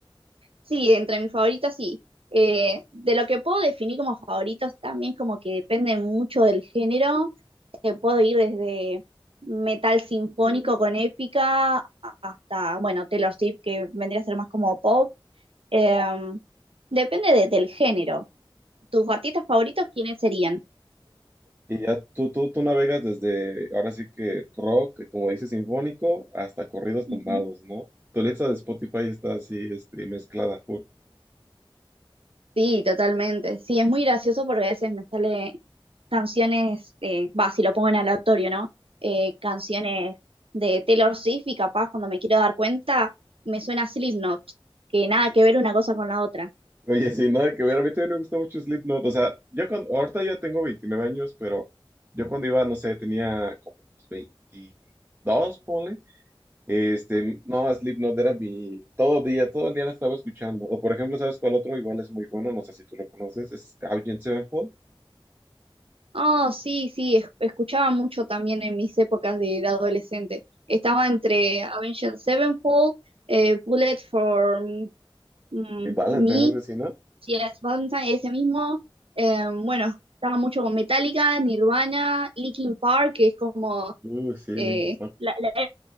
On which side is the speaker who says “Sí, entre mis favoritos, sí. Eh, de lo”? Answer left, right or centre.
Right